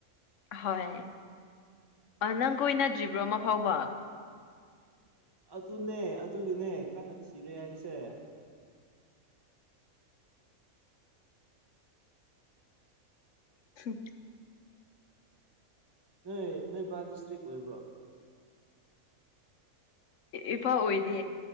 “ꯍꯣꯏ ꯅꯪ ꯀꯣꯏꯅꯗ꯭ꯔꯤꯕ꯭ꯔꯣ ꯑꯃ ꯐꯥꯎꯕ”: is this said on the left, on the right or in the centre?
Left